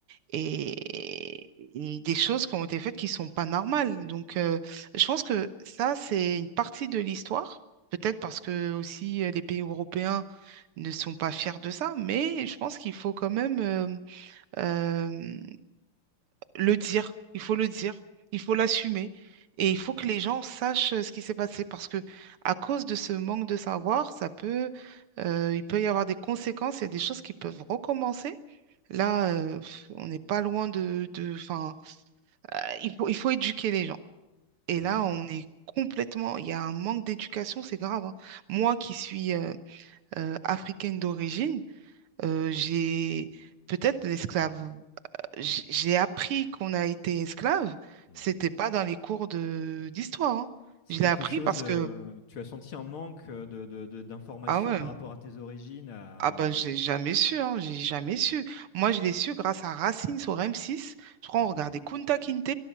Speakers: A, on the right; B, on the left.
A: et, et des choses qui ont été faites qui sont pas normales. Donc, euh, je pense que ça, c'est une partie de l'histoire. Peut-être parce que aussi euh, les pays européens ne sont pas fiers de ça, mais je pense qu'il faut quand même euh, euh, le dire, il faut le dire, il faut l'assumer et
B: Mhm.
A: il faut que les gens sachent euh, ce qui s'est passé parce que à cause de ce manque de savoir, ça peut, euh, il peut y avoir des conséquences, il y a des choses qui peuvent recommencer. Là, euh, pff, on n'est pas loin de, de, enfin, euh, il faut, il faut éduquer les gens. Et
B: Oui.
A: là, on est complètement, il y a un manque d'éducation, c'est grave. hein. Moi qui suis euh, euh, africaine d'origine, euh, j'ai peut-être l'esclave j- j'ai appris qu'on a été esclave,
B: Mhm.
A: c'était pas dans les cours de d'histoire. hein.
B: C'est
A: Je
B: quelque
A: l'ai appris
B: chose,
A: parce
B: euh,
A: que
B: tu as senti un manque euh, de, de- de- d'informations
A: ah ouais,
B: par rapport à tes origines, à...
A: ah bah
B: quand-
A: j'ai jamais su, hein, j'ai jamais
B: Ouais.
A: su. Moi, je l'ai su grâce à Racine sur M6. Je crois
B: Mhm.
A: on regardait Kunta Kinte,